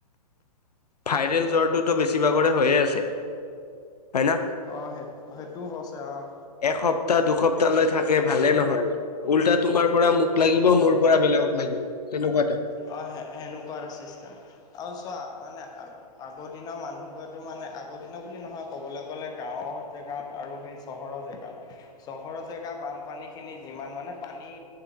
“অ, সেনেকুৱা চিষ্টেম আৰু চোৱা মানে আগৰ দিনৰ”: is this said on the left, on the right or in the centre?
Left